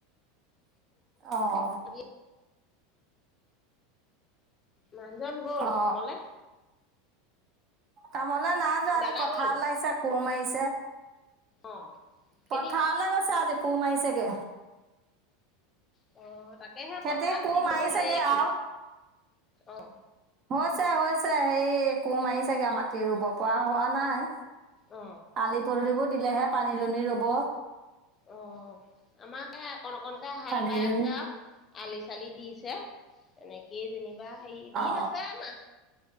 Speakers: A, on the right; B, on the left.
A: অঁ
B: আছে মানুহজন গল
A: অ
B: কামলে
A: কামলৈ না যোৱা
B: দাদা
A: আজি পথাৰত
B: গ'ল
A: লাগিছে কোৰ মাৰিছে
B: অ খেতি
A: পথাৰলে গৈছে আজি কোৰ মাৰিছেগে
B: অ তাকেহে
A: হেতে
B: পথাৰ খেতি
A: কোৰ
B: ধৰিব
A: মাৰি
B: হ'লেই
A: চাগে
B: কি
A: আহও
B: অ
A: হৈছে হৈছে এই কোৰ মাৰি চেগে আও মাটি ৰুব পৰা হোৱা নাই
B: অ
A: আলি পদূলিবোৰ দিল লেহে পানী দুনি ৰ'ব
B: অ আমাৰ সেইয়া অকন অকনকে হাল
A: পানী
B: বাই
A: দুনি
B: আছে আৰু আলি চালি দিছে তেনেকেই যেনিবা হে দিন
A: অ
B: আছে আমা